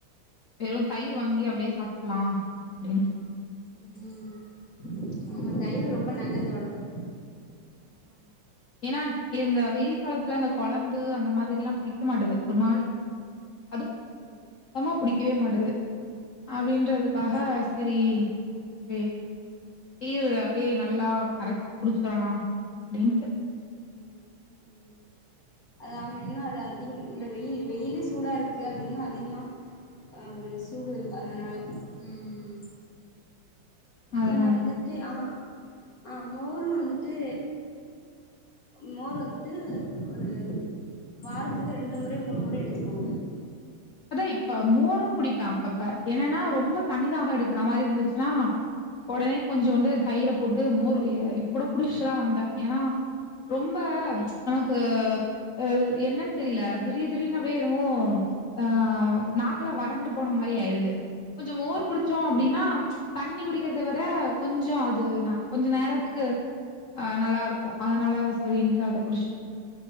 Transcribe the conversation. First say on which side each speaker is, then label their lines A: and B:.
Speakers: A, on the left; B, on the left.
A: வெறு தயிரு வாங்கி அப்டே சாப் க்லா அப்டீன்டு
B: ம் ம் ஆமா தயிரு ரொம்ப நல்லது ஒடம்புக்கு
A: ஏனாட் இந்த வெயில் காலத்ல அந்த கொலம் பு அந்த மாதிரில்லா புடிக்க மாட்டது ஒரு மாரி அதுவு
B: ம்
A: தமா புடிக்கவே மாட் து அப்டின்றதுக்காக
B: ஆமா
A: செரி வே <unintelligible> அப்டே நல்லா கரச்சு குடிச்டல்லா நின்டு
B: ம் ம் அது ஆம இன்னு அது அதிகோ இந்த வெயில் வெயிலு சூடா இருக்கு அது இன்னு அதிகமா ஒரு சூடு அதனால உம்
A: அதனால
B: நீங்க வந்துட்டு ஆமா ஆ மோருவந்துட்டு மோர்வந்துட்டு ஒரு வாரத்துக்கு ரெண்டுமுற மூணுமுற எடுத்துக்கோங்க
A: அதாயிப்ப மோருகுடிப்ப அப்பப்ப என்னன்னா ரொம்ப தண்ணி தாக எடுக்குறமாரி யிருந்துச்சுன்னா உடனே கொஞ்சோண்டு தயிரபோட்டு மோர் இப்பகூட குடிஸ்டுதா வந்த ஏன்னா ரொம்ப ச்ச் நமக்கு அ என்னன்னு தெரில திடீர் திடீர்னு அப்டியே என்னமோ ஆ நாக்கெல்லா வறண்டு போனமாரி ஆயிடுது கொஞ்ச மோர்குடிச்சோ அப்டினா ம்ச் தண்ணி குடிக்கிறதுவர கொஞ்சோ அது நா கொஞ்சநேரத்துக்கு ஆஹ நல்லா இருக்கும் அதனால செரின்ட்டு அத குடிச்